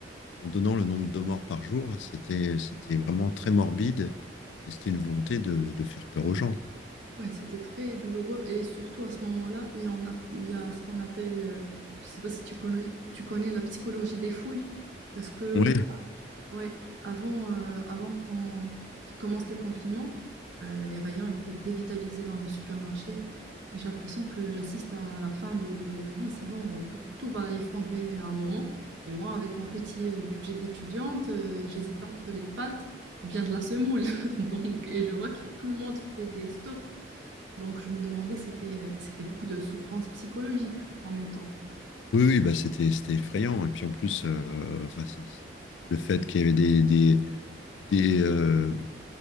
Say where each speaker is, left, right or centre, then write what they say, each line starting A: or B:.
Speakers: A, on the left; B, on the right.
A: en donnant le nombre de morts par jour. C'était, c'était vraiment très morbide et c'était une volonté de, de faire peur aux gens.
B: Ouais, c'était très douloureux. Et surtout, à ce moment-là, il y en a, il y a ce qu'on appelle, euh, je ne sais pas si tu connais, tu connais la psychologie des foules, parce que
A: Oui,
B: Ouais, avant, euh, avant qu'on qu'il commence le confinement, euh, les rayons étaient dévitalisés dans les supermarchés. Et j'ai l'impression que j'assiste à la fin de, de la vie. C'est bon, tout, tout va effondrer à un moment. Et moi, avec mon petit euh, budget d'étudiante, euh, j'hésitais entre les pâtes ou bien de la semoule. <laughs> Donc, et je vois que tout le monde fait des stocks. Donc, je me demandais, c'était, c'était beaucoup de souffrance psychologique en même temps.
A: oui, oui, bah c'était c'était effrayant. Et puis en plus, euh, enfin, c'est- le fait qu'il y avait des, des, des, euh,